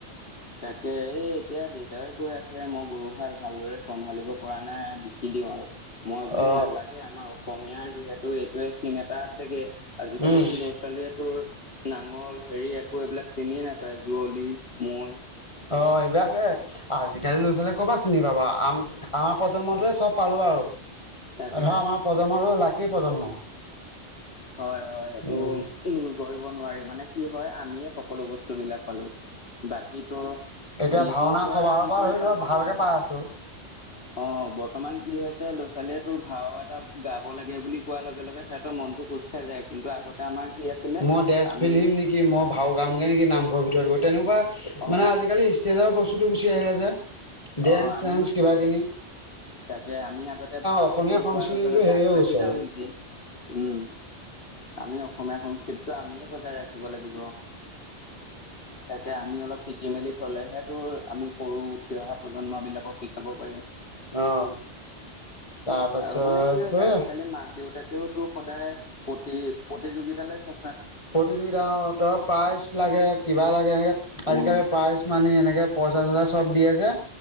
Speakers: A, on the left; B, on the left.
A: তাকে এই এতিয়া দেউতাইও কৈ আছে মই গৰু হাল ভালদৰে চম্ভালিব পৰা নাই বিকি দিওঁ আৰু মই বোলো
B: অ
A: নালাগে আমাৰ অসমীয়াৰ যিহেতু এইটোৱে চিন এটা আছেগে। আজিকালিতো
B: উম
A: ল'ৰা ছোৱালীয়ে তোৰ নাঙল হেৰি একো এইবিলাক চিনিয়ে নাপায় যুৱলি, মৈ।
B: অঁ এইবাকে আজিকালি ল'ৰা ছোৱালীয়ে ক'ৰবা চিনি পাব আম আমাৰ প্ৰজন্মটোৱে চব পালো আৰু।
A: তাকে
B: আধা আমাৰ প্ৰজন্মতো আৰু লাকি প্ৰজন্ম।
A: হয়ঁ হয়ঁ সেইটো
B: উম
A: নো কৰিব নোৱাৰি মানে কি হয় আমি সকলো বস্তুবিলাক পালো। বাকী তোৰ,
B: এতিয়া
A: বিহুৰ
B: ভাওনা
A: পৰা
B: সবাহৰ
A: আদি কৰি
B: ধৰি
A: পালো
B: ধৰ ভালকে
A: আৰু আমি।
B: পাই আছো
A: অঁ' বৰ্তমান কি হৈছে লোচ ল'ৰা ছোৱালীয়ে তোৰ ভাও এটা গাব লাগে বুলি কোৱাৰ লগে লগে সিহঁতৰ মনটো কোজ খাই যায় কিন্তু আগতে আমাৰ। কি আছিলে
B: মই ড্ৰেছ
A: আমি
B: পিন্ধিম নেকি মই ভাও গামগে নেকি নামঘৰ ভিতৰত গৈ তেনেকুৱা
A: অ
B: মানে আজিকালি ষ্টেজৰ বস্তুটো গুচি আহিলে যে। ডেন্স
A: অ আমি
B: চেন্স কিবা কিবি।
A: তাকে আমি আগতে ভাও
B: অসমীয়া
A: বুলি
B: সংস্কৃতিটো
A: কোৱাৰ লগে লগে
B: হেৰি
A: আগবাঢ়ি
B: হৈ গৈছে
A: যাওঁ
B: আৰু
A: নিজে। উমঁ, আমি অসমীয়া সংস্কৃতিটো আমিয়ে বজাই ৰাখিব লাগিব। তাকে আমি অলপ শিকি মেলি থ'লেহে তোৰ আমি সৰু উঠি অহা প্ৰজন্ম বিলাকক শিকাব পাৰিম।
B: অ তাৰপাছত
A: আৰু মানে কি হৈছে
B: সেয়ে
A: আজিকালি মাক দেউতাক তেওঁতো সদায় প্ৰতি প্ৰতিযোগিতালৈ চে
B: প্ৰতিযোগিতাত অ' তাৰ প্ৰাইজ লাগে কিবা লাগে এনেকে আজিকালি
A: উম
B: প্ৰাইজ মানি এনেকে পইচা চইচা চব দিয়ে যে,